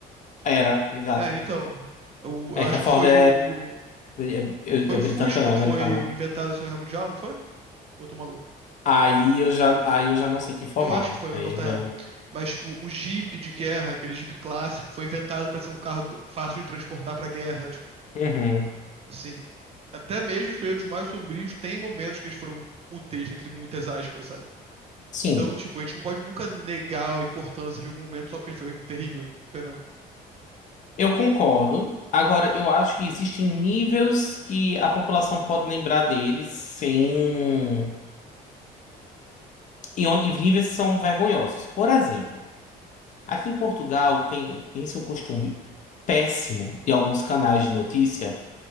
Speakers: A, on the left (about 45°); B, on the right (about 35°).
A: era, exato.
B: É, então, eu, eu
A: É
B: acho
A: que a
B: que
A: Ford
B: foi
A: é,
B: o...
A: é, é-
B: Foi
A: é
B: o Fusca
A: britânica, não é
B: que
A: americana.
B: foi inventado na Segunda Guerra Mundial, não foi? Ou eu tô maluco?
A: Aí eu já, aí eu já não sei te informar.
B: Eu acho que foi, mas
A: Aí
B: eu posso estar
A: eu já.
B: errado. Mas, tipo, o Jeep de guerra, aquele Jeep clássico, foi inventado pra ser um carro t- fácil de transportar pra guerra. Tipo,
A: Uhum.
B: assim. Até mesmo os períodos mais sombrios têm momentos que eles foram úteis, entre muitas aspas, sabe?
A: Sim.
B: Então, tipo, a gente não pode nunca negar a importância de algum momento só porque ele foi terrível, entendeu?
A: Eu concordo. Agora, eu acho que existem níveis que a população pode lembrar deles sem. E onde e níveis que são vergonhosos. Por exemplo, aqui em Portugal tem, tem-se um costume péssimo de alguns canais de notícia